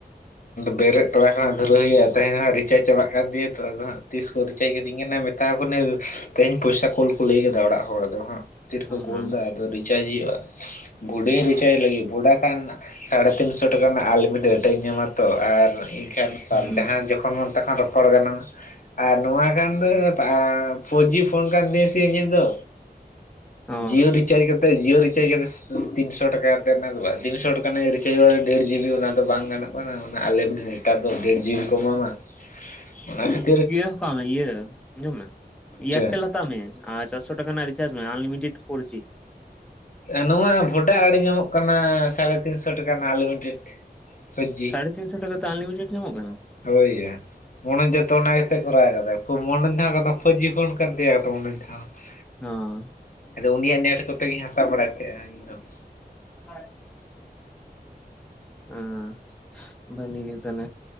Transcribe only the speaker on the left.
ᱵᱮᱨᱮᱫ ᱛᱚᱨᱟ ᱠᱷᱚᱱᱟᱜ ᱫᱷᱩᱨᱟᱹ ᱦᱩᱭᱩᱜ-ᱟ ᱛᱦᱮᱧ ᱫᱚ ᱦᱟᱸᱜ ᱨᱤᱪᱟᱡᱽ ᱪᱟᱵᱟᱜ ᱠᱟᱱ ᱛᱤᱧᱟᱹ ᱛᱚ ᱟᱫᱚ ᱦᱟᱸᱜ ᱛᱤᱥ ᱠᱚ ᱨᱤᱪᱟᱡᱽ ᱠᱤᱛᱤᱧ ᱠᱟᱱᱟ ᱛᱟᱣ ᱠᱟᱹᱱᱟᱹ ᱛᱮᱦᱮᱧ ᱯᱚᱭᱥᱟ ᱠᱩᱞ ᱠᱚ ᱞᱟᱹᱭ ᱠᱟᱫᱟ ᱚᱲᱟᱜ ᱦᱚᱲ ᱟᱫᱚ ᱦᱟᱸᱜ ᱛᱤᱨ
ᱠᱚ ᱠᱳᱞ ᱫᱟ ᱟᱫᱚ ᱨᱤᱪᱟᱡᱽ ᱦᱩᱭᱩᱜ-ᱟ ᱵᱷᱩᱰᱤᱧ ᱨᱤᱪᱟᱡᱽ ᱞᱟᱹᱜᱤᱫ ᱵᱷᱚᱰᱟ ᱠᱷᱟᱱ ᱥᱟᱲᱮ ᱛᱤᱱᱥᱚ ᱴᱟᱠᱟ ᱨᱮᱱᱟᱜ ᱟᱞᱤᱢᱤ ᱰᱟᱴᱟᱧ ᱧᱟᱢᱟ ᱛᱚ ᱟᱨ ᱮᱱᱠᱷᱟᱱ
ᱡᱟᱦᱟᱸ ᱡᱚᱠᱷᱚ ᱠᱷᱚᱱ ᱢᱚᱱ ᱛᱚᱠᱷᱚᱱ ᱨᱚᱯᱚᱲ ᱜᱟᱱᱚᱜᱼᱟ ᱟᱨ ᱱᱚᱣᱟ ᱜᱟᱱ ᱫᱚ ᱟᱻ ᱯᱷᱳᱨ ᱡᱤ ᱯᱷᱳᱱ ᱠᱟᱱ ᱛᱤᱧᱟᱹ ᱥᱮ ᱤᱧᱟᱹᱜ ᱫᱚ
ᱡᱤᱭᱳ ᱨᱤᱪᱟᱡᱽ ᱠᱟᱛᱮ ᱡᱤᱭᱳ ᱨᱤᱪᱟᱡᱽ ᱠᱟᱛᱮ ᱛᱤᱱ ᱥᱚ ᱴᱟᱠᱟ ᱛᱮ ᱨᱮᱱᱟᱜ ᱫᱚ ᱵᱟ ᱛᱤᱱᱥᱚ ᱨᱮᱱᱟᱜ ᱤᱧ ᱨᱤᱪᱟᱡᱽ ᱰᱟᱲᱟ ᱰᱮᱲ ᱡᱤᱵᱤ ᱚᱱᱟ ᱫᱚ ᱵᱟᱝ ᱜᱟᱱᱚᱜ ᱠᱟᱱᱟ ᱚᱱᱟ ᱟᱞᱮᱢᱤᱵ ᱰᱮᱴᱟ ᱫᱚ ᱰᱮᱲ ᱡᱤᱵᱤ ᱠᱚ ᱮᱢᱟᱢᱟ ᱚᱱᱟ ᱠᱷᱟᱛ
ᱪᱮᱫ
ᱱᱚᱣᱟ ᱵᱷᱳᱰᱟ ᱟᱲᱮ ᱧᱟᱢᱚᱜ ᱠᱟᱱᱟ ᱥᱟᱲᱮ ᱛᱤᱱᱥᱚ ᱴᱟᱠᱟ ᱨᱮᱱᱟᱜ ᱟᱱᱞᱤᱢᱤᱴᱮᱰ ᱯᱷᱳᱨ ᱡᱤ
ᱦᱳᱭ ᱭᱟ ᱢᱚᱱᱚᱡᱽ ᱫᱚ ᱛᱚ ᱚᱱᱟ ᱜᱮ ᱛᱚᱭ ᱠᱚᱨᱟᱣ ᱟᱫᱟᱭ ᱢᱚᱱᱚᱡᱽ ᱫᱚ ᱦᱟᱸᱜ ᱠᱚᱱᱚ ᱯᱷᱳᱨ ᱡᱤ ᱯᱚᱱ ᱠᱟᱱ ᱛᱟᱭᱟ ᱛᱚ ᱦᱟᱸᱜ
ᱟᱫᱚ ᱩᱱᱤᱭᱟᱜ ᱱᱮᱴ ᱠᱚᱛᱮ ᱜᱤᱧ ᱦᱟᱛᱟᱣ ᱵᱟᱲᱟᱭ ᱛᱟᱦᱮᱸᱼᱟ ᱤᱧ ᱦᱚᱸ